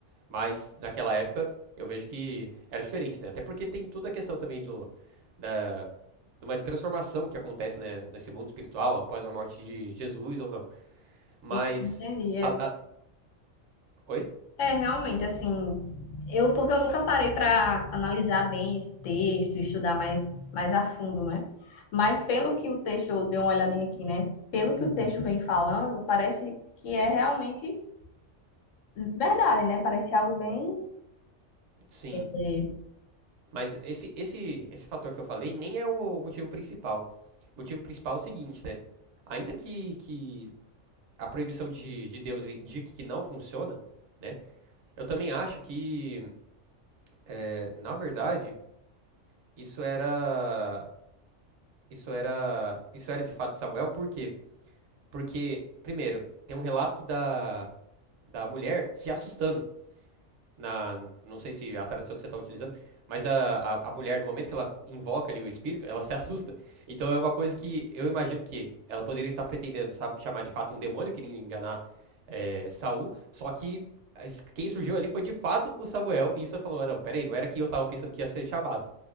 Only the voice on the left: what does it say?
Sim, Entendi. É,
é realmente assim. Eu, porque eu nunca parei para analisar bem esse texto, estudar mais, mais a fundo, né? Mas pelo que o texto, eu dei uma olhadinha aqui, né? Pelo que o texto vem falando, parece que é realmente verdade, né? Parece algo bem
É